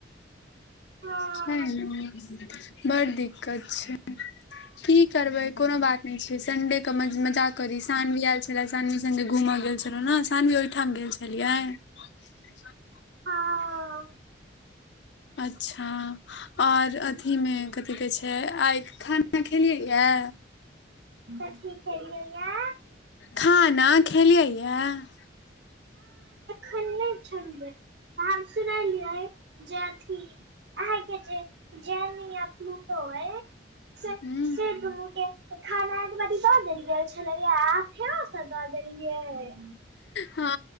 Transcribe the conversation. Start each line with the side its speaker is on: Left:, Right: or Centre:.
Right: हँ
Left: छै ना। बड़ दिक्कत छै, की करबै कोनो बात नै छै, संडेके मजाक करि सानवी आयल छलै, सानवी सङ्गे घूमऽ गेल छलहुँ ने, सानवी ओहिठाम गेल छलियै। <inaudible>
Right: हँ
Left: अच्छा! और अथी मे कथिकहै छै, आइ खाना खेलियै यए।
Right: कथी खेलीयहए।
Left: खाना खेलियइए। ह <inaudible>
Right: अखन नइ खलीयै, बात सुनलियै जे अथी अहाँके जे जैनियों पुलूटो अए। सेू
Left: हूँ
Right: से दुनू के खाना। खेनाय दऽ देल गेल छलियै हं, अहां फेरो स दऽ दलियै।
Left: हँ